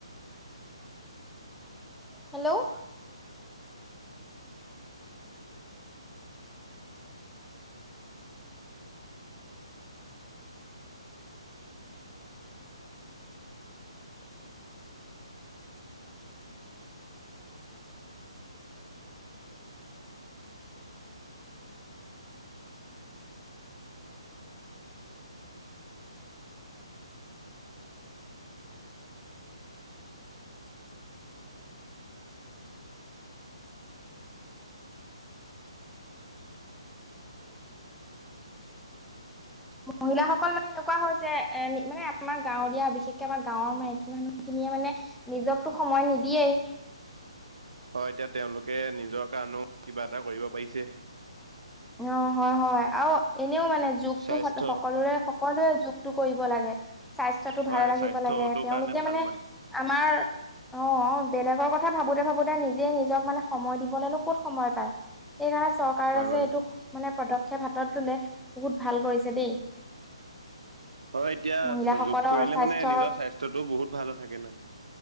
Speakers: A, in the centre; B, on the right.
A: hello
B: <unintelligible>
A: মহিলাসকল মানে এনেকুৱা হয় যে মানে আমাৰ গাঁৱলীয়া বিশেষকৈ আমাৰ গাঁৱৰ মাইকী মানুহখিনিয়ে মানে নিজকতো সময় নিদিয়েই
B: হয় এতিয়া তেওঁলোকে নিজৰ কাৰণেও কিবা এটা কৰিব পাৰিছে
A: অ হয় হয় আৰু এনেও মানে যুগটো
B: স্বাস্থ্য
A: সকলোৰে সকলোৰে যগ টো কৰিব লাগে স্বাস্থ্যতটো
B: হয়
A: ভালে ৰাখিব
B: স্বাস্থ্যটোৰ
A: লাগে তেওঁলোকে
B: কাৰণে ভাল
A: মানে আমাৰ
B: <unintelligible>
A: অ বেলেগৰ কথা ভাবোতে ভাবোতে নিজে নিজক মানে সময় দিবলেনো ক'ত সময় পায় সেইকাৰণে চৰকাৰে
B: হয় বাৰু
A: যে এইটো মানে পদক্ষেপ হাতত ললে বহুত ভাল কৰিছে দেই
B: অ এতিয়া
A: মহিলাসকলৰ
B: যোগ কৰিলে
A: স্বাস্থ্যৰ
B: মানে নিজৰ স্বাস্থ্যটোও বহুত ভাল থাকে না